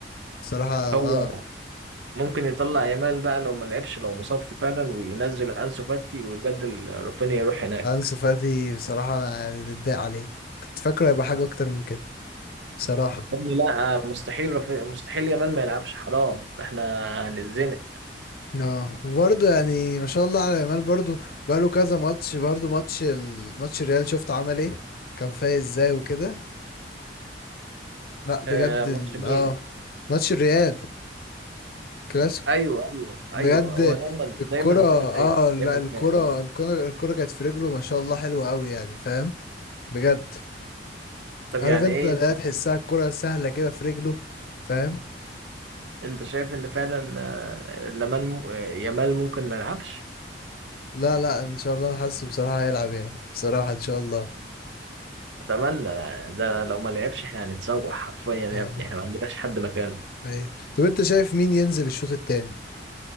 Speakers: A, on the left; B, on the right.
A: بصراحة
B: هو
A: اه
B: ممكن يطلع يامال بقى لو ما لعبش لو مصاب فعلا وينزل انسو فاتي ويبدل رافينيا يروح هناك
A: انسو فاتي بصراحة انا يعني متضايق عليه كنت فاكره هيبقى حاجة اكتر من كده بصراحة
B: يا ابني لا آه، مستحيل رافي... مستحيل يامال ما يلعبش حرام احنا هنتزنق
A: اه برضه يعني ما شاء الله على يامال برضه بقاله كذا ماتش برضه ماتش الماتش الريال شفت عمل ايه كان فايق ازاي وكده لا بجد
B: آه ماتش
A: ال...
B: مين
A: اه ماتش الريال كلاسيكو
B: ايوه ايوه
A: بجد
B: ايوه هو دايما
A: الكرة
B: دايما فايق
A: اه لا
B: دايما
A: الكرة
B: فايق عامة.
A: الكرة الكرة كانت في رجله ما شاء الله حلوة قوي يعني فاهم بجد
B: طب
A: عارف
B: يعني
A: انت
B: ايه
A: لا تحسها الكرة سهلة كده في رجله فاهم
B: انت شايف ان فعلا آه، لمان م- آه، يامال ممكن ما يلعبش
A: لا لا ان شاء الله انا حاسه بصراحة هيلعب يعني بصراحة ان شاء الله
B: اتمنى لا. ده لو ما لعبش احنا هنتسوح حرفيا يا
A: اه
B: ابني احنا ما عندناش حد مكانه
A: ايوه طب انت شايف مين ينزل الشوط التاني